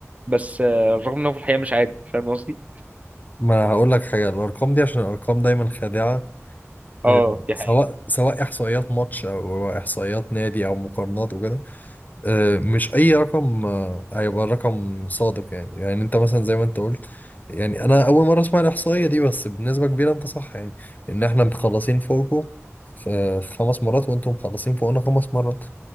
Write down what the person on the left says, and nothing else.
ما هقول لك حاجه الارقام دي عشان الارقام دايما خادعه آه،
سواء
سواء احصائيات ماتش او احصائيات نادي او مقارنات وكده آه، مش اي رقم آه، هيبقى رقم صادق يعني يعني انت مثلا زي ما انت قلت يعني انا اول مره اسمع الاحصائيه دي بس بنسبه كبيره انت صح يعني ان احنا مخلصين فوقكم في خمس مرات وانتم مخلصين فوقنا خمس مرات